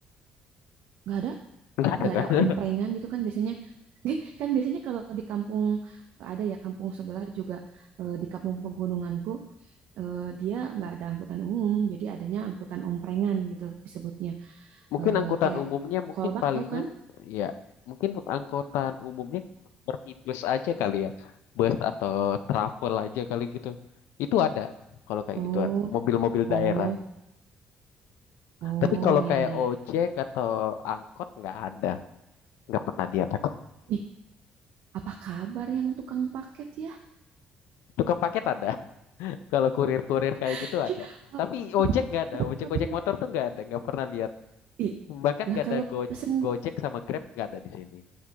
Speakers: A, on the right; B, on the left.
A: Nggak ada?
B: Nggak ada,
A: nggak
B: nggak
A: ada
B: ada.
A: omprengan gitu kan biasanya <laughs> kan biasanya kalau di kampung ada ya kampung sebelah juga eh, di kampung pegununganku eh, dia nggak ada angkutan umum jadi adanya angkutan omprengan gitu disebutnya
B: <laughs> Mungkin
A: Eh,
B: angkutan
A: kayak
B: umumnya mungkin
A: kolbak
B: palingan
A: tahu kan
B: ya mungkin angkutan umumnya seperti bus aja kali ya. Bus atau travel aja kali gitu. Itu ada kalau kayak
A: oh
B: gituan, mobil-mobil
A: oh
B: daerah.
A: oh
B: Tapi kalau
A: ya
B: kayak
A: ya
B: ojek atau angkot nggak ada. Nggak pernah lihat aku.
A: ih apa kabar yang tukang paket ya
B: Tukang paket ada. <laughs> Kalau kurir-kurir kayak
A: <laughs>
B: gitu ada.
A: Eh,
B: Tapi ojek
A: apa
B: nggak ada.
A: apa
B: Ojek-ojek
A: kabar
B: motor tuh nggak ada. Nggak pernah lihat.
A: ih
B: Bahkan
A: lah
B: nggak
A: kalau
B: ada Go-
A: pesen
B: Gojek sama Grab nggak ada di sini.